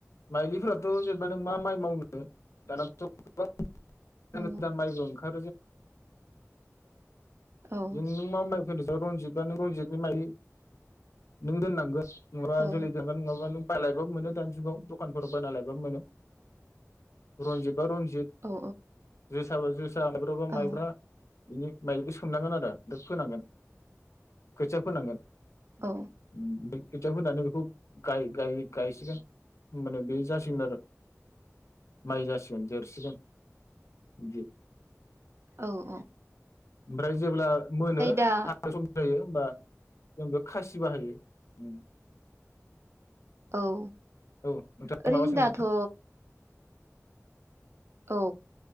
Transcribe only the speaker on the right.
औ
औ
औ
औ
औ
औ
औ औ
दा
औ
ओरैनो
दाथ' औ